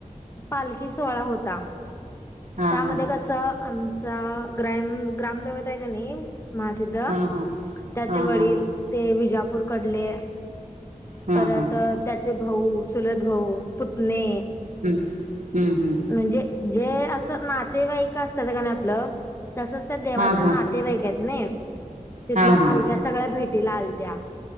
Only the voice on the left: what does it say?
पालखी सोहळा होता.
त्यामध्ये
कसं आमचा ग्राम-ग्रामदवता आहे का नाही, महासिद्ध.
त्याचे
वडील
ते विजापूर कडले.
परत
त्याचे भाऊ, चलत भाऊ, पुतने
म्हणजे जे असं नातेवाईक असतात आपलं तसच त्या देवाच्या
नाते नातेवाईक आहेत नाही. तिथल्या
पालक्या सगळ्या भेटीला आलत्या.